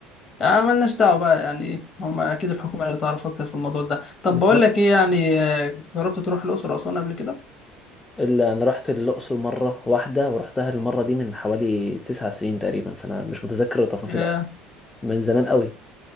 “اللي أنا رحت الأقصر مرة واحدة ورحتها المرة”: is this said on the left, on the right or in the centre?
Left